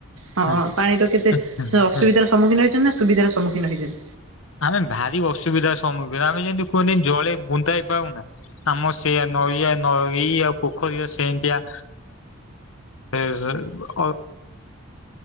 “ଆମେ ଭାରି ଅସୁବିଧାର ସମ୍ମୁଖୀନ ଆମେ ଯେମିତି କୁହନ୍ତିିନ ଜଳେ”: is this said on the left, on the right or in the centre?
Left